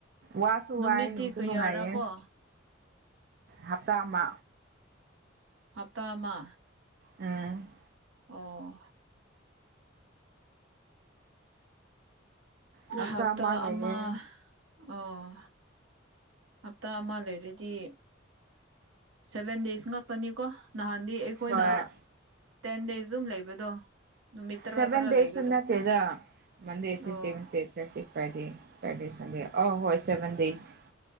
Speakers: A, on the right; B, on the right.
A: ꯋꯥꯁꯨ
B: ꯅꯨꯃꯤꯠꯇꯤ
A: ꯋꯥꯏ ꯅꯨꯡꯁꯨ
B: ꯀꯌꯥꯔꯥ
A: ꯅꯨꯡꯉꯥꯏꯌꯦ
B: ꯀꯣ
A: ꯍꯞꯇꯥ ꯑꯃ
B: ꯍꯞꯇꯥ ꯑꯃ
A: ꯎꯝ
B: ꯑꯣ
A: ꯍꯞꯇꯥ
B: ꯍꯞꯇ
A: ꯂꯩꯌꯦ
B: ꯑꯃ ꯑꯣ ꯍꯞꯇꯥ ꯑꯃ ꯂꯩꯔꯗꯤ ꯁꯚꯦꯟ ꯗꯦꯖ ꯉꯥꯛꯇꯅꯤꯀꯣ ꯅꯍꯥꯟꯗꯤ ꯑꯩ ꯑꯈꯣꯏꯅ
A: ꯍꯣꯏ
B: ꯇꯦꯟ ꯗꯦꯖ ꯌꯨꯝ ꯂꯩꯕꯗꯣ ꯅꯨꯃꯤꯠ ꯇꯔꯥ
A: ꯁꯦꯕꯦꯟ
B: ꯇꯔꯥ ꯂꯩꯕꯗꯣ
A: ꯗꯦꯁ ꯁꯨ ꯅꯠꯇꯦꯗ ꯃꯟꯗꯦ
B: ꯑꯣ
A: ꯇꯨꯁꯗꯦ Wednesday Thursday Friday Saturday Sunday ꯑ ꯍꯣꯏ seven days